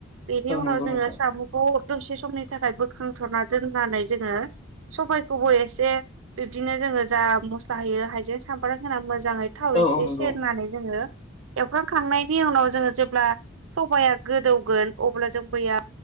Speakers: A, on the right; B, on the left.
A: बेनि
B: औ
A: उनाव
B: नंगौ
A: जोङो
B: नोंथां
A: साम'खौ दसे समनि थाखाय बोखांथ'ना दोननानै जोङो सबबायखौबो एसे बिबदिनो जों ङो जा मस्ला होयो हाइजें सामब्राम होना मोजाङै थाव
B: औ
A: एसे
B: औ नंगौ
A: सेरनानै जोङो एवफ्रांखांनायनि उनाव जोङो जेब्ला सबाया गोदौगोन अब्ला जों मैया